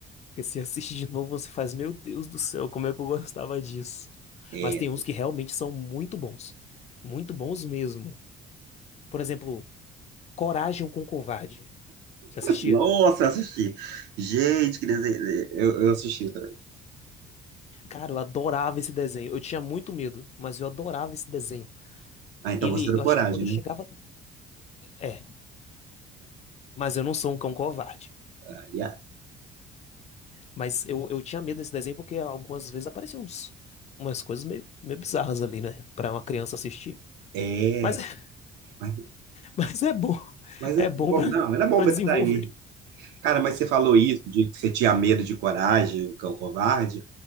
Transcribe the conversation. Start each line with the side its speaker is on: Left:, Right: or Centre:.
Left: Porque se assiste de novo, você faz, meu Deus do céu, como é que eu gostava disso?
Right: É.
Left: Mas tem uns que realmente são muito bons. Muito bons mesmo. Por exemplo, Coragem com o Covarde. Você assistia?
Right: Nossa, eu assisti. Gente, que desenho. Eu, eu assisti também.
Left: Cara, eu adorava esse desenho. Eu tinha muito medo, mas eu adorava esse desenho.
Right: Ah, então
Left: Ele,
Right: você deu
Left: eu
Right: coragem,
Left: acho que quando eu
Right: né?
Left: chegava. É, mas eu não sou um cão covarde.
Right: Ah, yeah.
Left: Mas eu, eu tinha medo desse desenho porque algumas vezes apareciam uns, umas coisas meio, meio bizarras ali, né? Pra uma criança assistir.
Right: É.
Left: Mas, <laughs>
Right: Mas,
Left: mas é bom.
Right: mas
Left: É
Right: é
Left: bom
Right: bom.
Left: pra,
Right: Não, era bom
Left: pra
Right: pra
Left: desenvolver.
Right: isso daí. Cara, mas você falou isso de que você tinha medo de coragem, o cão covarde.